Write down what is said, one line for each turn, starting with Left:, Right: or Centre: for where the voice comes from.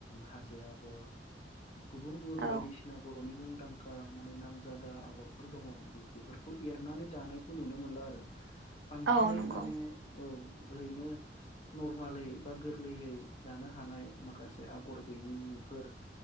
Left: हाजो आगर गुबुन गुबुन
Right: औ
Left: बायदिसिना बर'नि मुंदांखा माने नामजादा आगरफोर दङ बेफोरखौ एरनानै दानायखौ नुनो मोनला आरो बांसिनै
Right: औ नंगौ
Left: माने औ ओरैनो नरमालै बा गोरलैयै दानो हानाय माखासे आगर गैयिफोर